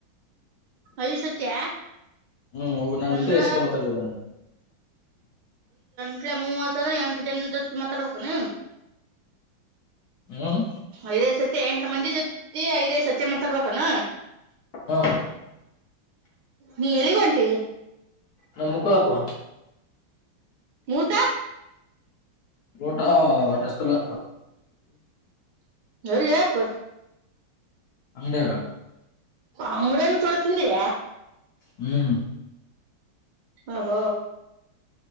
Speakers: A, on the right (about 70°); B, on the left (about 65°).
A: ಐದ್ ಸತ್ಯ
B: ಹ್ಮ್ ಒಬ್ಬ ನಾನ್
A: ಅಂದ್ರ
B: ಜೊತೆ ಸತೆ ಮಾತಾರ್ಬೋದ
A: ಇ ಮೂ ವರ್ಸ ಅಟ ಮಾತಬೇಕಬೇಕಾನ
B: ಹ್ಮ್
A: ಐದೈದು ಸತಿ ಎಂಟು ಮಂದಿ ಜೊತಿ ಐದೈದ್ ಸತಿ ಮಸರ್ಬೇಕಾನ
B: ಹಾ
A: ನೀ ಎಲ್ಲಿ ಬಂಟಿಗ
B: ನಮ್ಮ ಮುಕ್ಕಳಪ್ಪು
A: ಮೂಟ
B: ರೋಟ ಹೊಟಷ್ಟತಲ್ಲ
A: ಹೇಳಪ್ಪ
B: ಅಂಗಡಿಯಾಗ
A: ಅಂಗಡನು ಸೋಡ ತಿಂದಿರ
B: ಹ್ಮ್
A: ಹಬ